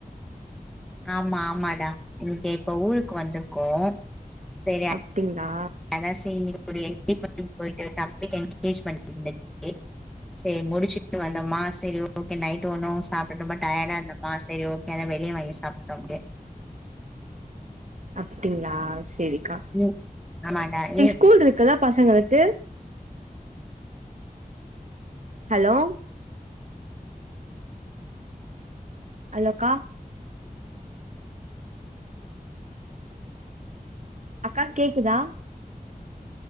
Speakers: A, in the centre; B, on the right.
A: ஆமா ஆமாடா இன்னிக்கி இப்ப ஊருக்கு வந்திருக்கோ செரி
B: அப்டிங்ளா
A: அதா செரி ஒரு என்கேஜ்மெண்ட் போயிட்டு தம்பிக்கு என்கேஜ்மெண்ட் இருந்துச்சி செரி முடிச்சுட்டு வந்தோம்மா செரி ஓகே ஓகே நைட்டு ஒன்னு சாப்பிட்டு ரொம்ப டயர்டா இருந்தம்மா செரி ஓகே அத வெளியே வாங்கி சாப்ட்டோ அப்டியே
B: அப்டிங்ளா செரிக்கா
A: ம் ஆமாண்டா நீ
B: ஸ்கூல் இருக்குல பசங்களுக்கு ஹலோ ஹலோ அக்கா அக்கா கேக்குதா